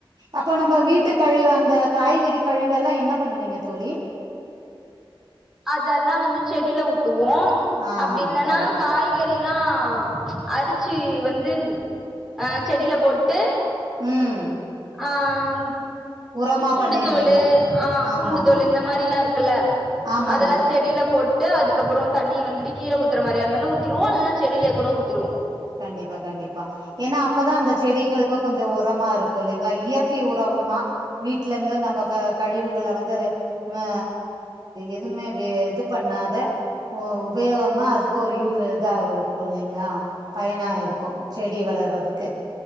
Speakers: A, on the right; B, in the centre.
A: அப்ப நம்ம வீட்டு கழிவு அந்த காய்கறி கழிவெல்லா என்ன பண்ணுவிங்க தோழி
B: அதெல்லா வந்து செடில ஊத் துவோ
A: ஆ
B: அப்டி இல்லனா
A: கரெக்ட்டு
B: காய்கறிலா அரை ச்சி வந்து அ செடில போட் டு
A: ம்
B: ஆ அந்
A: உரமா
B: பூண்டு
A: பண்ணிருவீங்க
B: தோலு ஆ
A: ஆமா
B: பூண்டு
A: ஆமா
B: தோலு இந்த மாரில்லா இருக்குல்ல
A: ஆமாங்க
B: அதெல்லா செடில போட் டு அதுக்கப்பறோ தண்ணிய வந்துட்டு கீழே ஊத்தற மாரியா இருந்தாலு ஊத்திருவோ இல்லனா செடிலயே கூட ஊத்
A: கண்டிப்பா கண்டிப்பா ஏன்னா அப்பதா அந்த செடிங்களுக்கு கொஞ்ச உரமா இருக்கு இல்லைங்ளா இயற்கை உரமா வீட்ல இருந்து நம்ம க கழிவுகள வந்து அத ஆ எதுமே வே இது பண்ணாத உ உபயோகமா அதுக்கு ஒரு யூ இதா இருக்கு இல்லைங்ளா பயனா இருக்கு செடி வளர்றதுக் கு